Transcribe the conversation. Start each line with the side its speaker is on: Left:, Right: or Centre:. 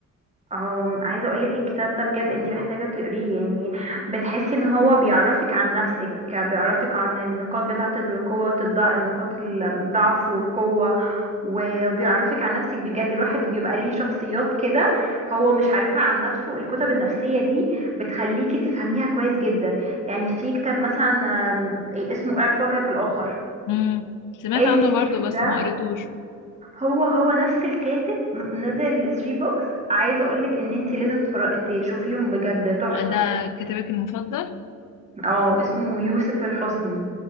Right: أم، عايزه اقولك الكتاب ده بجد انت محتاجه تقريه يعني بتحسي ان هو بيعرفك عن نفسك بيعرفك عن النقاط بتاعه القوه والضعف النقاط الضعف والقوه و- وبيعرفك عن نفسك بجد الواحد بيبقى ليه شخصيات كده هو مش عارفها عن نفسه الكتب النفسيه دي بتخليكي تفهميها كويس جدا يعني في كتاب مثلا آم، اسمه اعرف وجهك الاخر
Left: امم سمعت
Right: الكتاب
Left: عنه برضو بس
Right: ده
Left: ما قريتوش
Right: هو هو نفس الكاتب منزل 3 بوكس عايزه اقولك ان انتي لازم تفر- تشوفيهم بجد تحفه
Left: ده كتابك المفضل
Right: اه اسمه يوسف الحسني